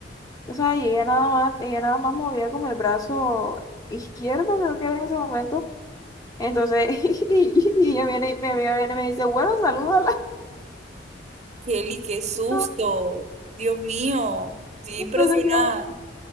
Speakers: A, on the left; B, on the right.
A: O sea, y ella nada más, ella nada más movía con el brazo izquierdo, creo que era en ese momento. Entonces, <laughs> y ella viene, me viene viene y me dice, bueno, salúdala.
B: Kelly, qué susto.
A: <laughs>
B: Dios mío, estoy
A: Entonces
B: impresionada.
A: yo,